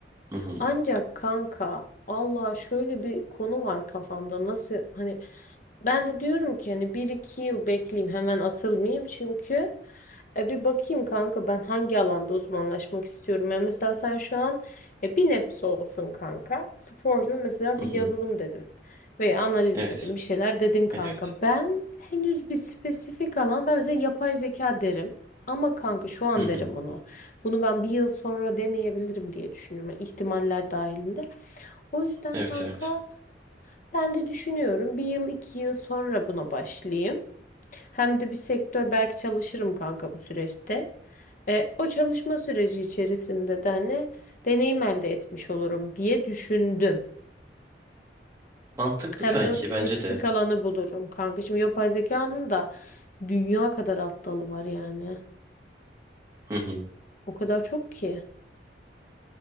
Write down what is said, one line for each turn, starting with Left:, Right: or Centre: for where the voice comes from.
Right: Hı hı.
Left: Ancak kanka Allah şöyle bir konu var kafamda nasıl hani ben de diyorum ki hani bir iki yıl bekleyeyim hemen atılmayayım çünkü e, bir bakayım kanka ben hangi alanda uzmanlaşmak istiyorum. Yani mesela sen şu an e, bir nebze olsun kanka sporunu mesela
Right: Hı
Left: bir
Right: hı.
Left: yazılım dedin veya analiz
Right: Evet.
Left: dedin bir şeyler dedin kanka.
Right: Evet.
Left: Ben henüz bir spesifik alan ben mesela yapay zeka derim ama kanka şu an
Right: Hı hı.
Left: derim bunu. Bunu ben bir yıl sonra demeyebilirim diye düşünüyorum. yani ihtimaller dahilinde. O yüzden
Right: Evet
Left: kanka
Right: evet.
Left: ben de düşünüyorum. Bir yıl iki yıl sonra buna başlayayım. Hem de bir sektör belki çalışırım kanka bu süreçte. E, o çalışma süreci içerisinde de hani deneyim elde etmiş olurum diye düşündüm.
Right: Mantıklı
Left: Hem
Right: kanki
Left: de o spesifik
Right: bence de.
Left: alanı bulurum kanka. Şimdi yapay zekanın da dünya kadar alt dalı var yani.
Right: Hı hı.
Left: O kadar çok ki.